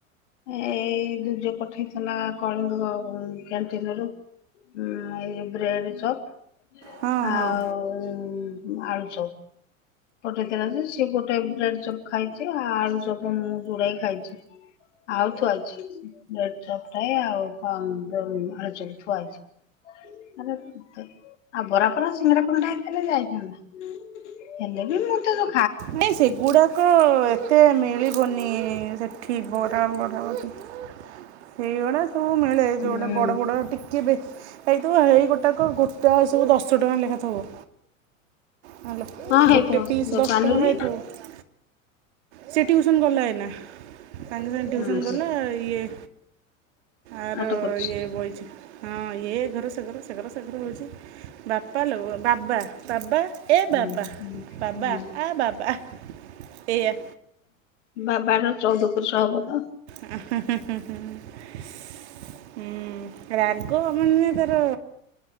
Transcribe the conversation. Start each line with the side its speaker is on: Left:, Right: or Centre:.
Left: ଏଇ ଦୁଜ ପଠେଇଥିଲା କଳିଙ୍ଗ କ୍ୟାଣ୍ଟିନ ରୁ। ଉ ଏଇ ବ୍ରେଡ ଚପ
Right: ହଁ ହଁ
Left: ଆଉ ଆଳୁ ଚପ୍। ପଟେଇଥିଲା ଯେ ସେ ଗୋଟେ ବ୍ରେଡ ଚପ୍ ଖାଇଚି ଆ ଆଳୁ ଚପ ମୁଁ ଗୁଡାଏ ଖାଇଚି। ଆଉ ଥୁଆଏଚି ବ୍ରେଡ ଚପ ଟାଏ ଆଉ ଅମ୍ ଜଉ ଆଳୁଚପ୍ ଥୁଆ ଏଇଚି। ଆଉ ବରାପର ସିଙ୍ଗଡା ପିଙ୍ଗଡା ହେଇଥିଲେ ଯାଇଥାନ୍ତି। ହେଲେ ବି ମୁଁତାଦୋ
Right: ନାଇଁ ସେଗୁଡାକ ଏତେ ମିଳିବନି ସେଠି ବରା ବରା ସେଇଗୁଡା ସବୁ ମିଳେ
Left: ହୁଁ
Right: ଜୋଉଟା ବଡ ବଡ ଟିକେ ବେସ୍ ହେଇଥିବ ହେଇ ଗୋଟାକ ଗୋଟା ଏ ସବୁ ଦଶ ଟଙ୍କା ଲେଖା ଥବ। ହ୍ୟାଲୋ
Left: ହଁ
Right: ଗୋଟେ
Left: ହେଇଥିବ
Right: ପିସ୍
Left: ଯୋଉ
Right: ଦଶ
Left: ପାନୁରି
Right: ଟଙ୍କା ହୋଇଥିବ। ସେ ଟିଉସନ୍ ଗଲା ଏନା ସାଙ୍ଗେ ସାଙ୍ଗେ ଟିଉସନ୍
Left: ହୁଁ ହୁଁ
Right: ଗଲା ଇଏ ଆର
Left: ନାଟ କରୁଛି।
Right: ଇଏ ବଇଚି ହଁ ଇଏ ଏଘର ସେଗର ଶେଗର ଶେଗର ହେଉଚି। ବାପା ଲୋ ବାବା ବାବା ଏ
Left: ହୁଁ
Right: ବାବା
Left: ହୁଁ
Right: ବାବା
Left: ହୁଁ
Right: ଆ ବା ବା ଏଆ।
Left: ବାବାର ଚଉଦ ପୁରୁଷ ହବ ତ
Right: ଏଁ ହେଁ ହେଁ ହେଁ ହେଁ ହୁଁ ରାଗ ମାନେ ହ